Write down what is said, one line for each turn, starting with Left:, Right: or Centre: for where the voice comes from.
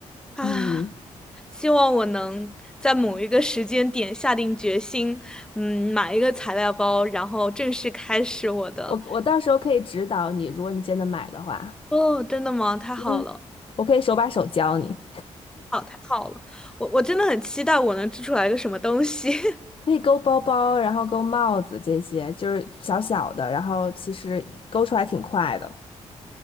Centre: 啊。
Left: 嗯，
Centre: 希望我能在某一个时间点下定决心，嗯，买一个材料包，然后正式开始我的。
Left: 我我到时候可以指导你，如果你真的买的话，
Centre: 哦，真的吗？太好了，
Left: 嗯，我可以手把手教你。
Centre: 好，太好了，我我真的很期待我能织出来一个什么东西。
Left: 可以勾包包，然后勾帽子这些，就是小小的，然后其实勾出来挺快的。